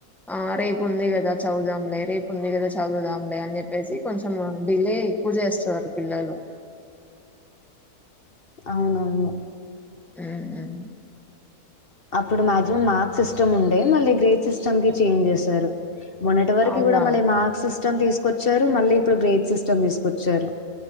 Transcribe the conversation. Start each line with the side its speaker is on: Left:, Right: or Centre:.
Centre: ఆ రేపు ఉంది కదా చౌదాంలే రేపు ఉంది కదా చదువుదాంలే అని చెప్పేసి కొంచెం డిలే ఎక్కువ చేస్తారు పిల్లలు
Left: అవునవును
Centre: ఊహ్మ్ హ్మ్
Left: అప్పుడు మాక్సిమం మార్క్ సిస్టమ్ ఉండే, మళ్ళీ గ్రేడ్ సిస్టమ్ కి చేంజ్ చేశారు. మొన్నటి వరకి
Centre: అవునా?
Left: కూడా మళ్ళీ మార్క్స్ స్ స్టమ్ తీసుకొచ్చారు మళ్ళీ ఇప్పుడు గ్రేట్ సిస్టమ్ తీసుకొచ్చారు.